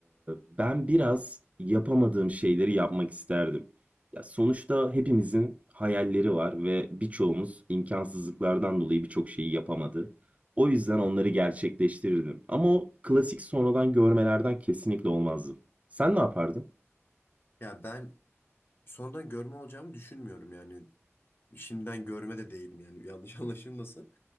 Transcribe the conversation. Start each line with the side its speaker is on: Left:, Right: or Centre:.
Right: ben biraz yapamadığım şeyleri yapmak isterdim. Ya sonuçta hepimizin hayalleri var ve birçoğumuz imkansızlıklardan dolayı birçok şeyi yapamadı. O yüzden onları gerçekleştirirdim. Ama o klasik sonradan görmelerden kesinlikle olmazdım. Sen ne yapardın?
Left: Ya ben sonradan görme olacağımı düşünmüyorum yani. Şimdiden görme de değilim yani yanlış <laughs> anlaşılmasın.